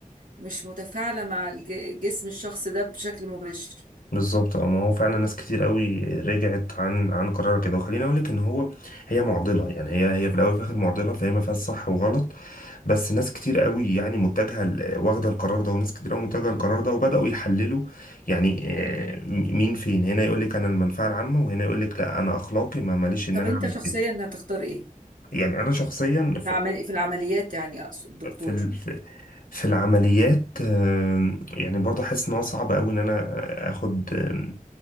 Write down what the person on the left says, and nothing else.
بالظبط اه ما هو فعلا ناس كتير قوي رجعت عن عن قرار كده وخليني اقول لك ان هو هي معضله يعني هي هي في الاول وفي الاخر معضله فهي ما فيهاش صح وغلط بس ناس كتير قوي يعني متجهه ل- واخده القرار ده وناس كتير قوي متجهه القرار
ده وبداوا يحللوا يعني آه، م- مين فين هنا يقول لك انا المنفعه العامه وهنا يقول لك لا انا اخلاقي ما ماليش ان
انا
اعمل
كده
يعني انا شخصيا
في ال... في في العمليات آم، يعني برضه حاسس ان هو صعب قوي ان انا اخد آم،